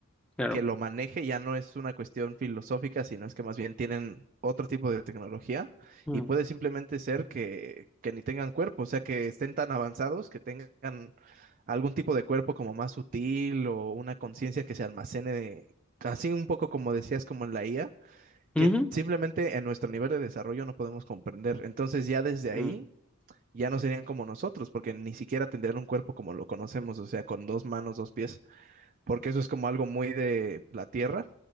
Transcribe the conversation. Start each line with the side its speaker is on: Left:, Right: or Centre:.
Centre: claro.
Right: que lo maneje, ya no es una cuestión filosófica, sino es que más bien tienen otro tipo de tecnología
Centre: Mm,
Right: y puede simplemente ser que, que ni tengan cuerpo, o sea que estén tan avanzados que tengan algún tipo de cuerpo como más sutil o una conciencia que se almacene, de- casi un poco como decías, como en la IA
Centre: ujú,
Right: que simplemente en nuestro nivel de desarrollo no podemos comprender. Entonces ya desde ahí
Centre: mm,
Right: ya no serían como nosotros, porque ni siquiera tendrían un cuerpo como lo conocemos, o sea, con dos manos, dos pies, porque eso es como algo muy de la Tierra.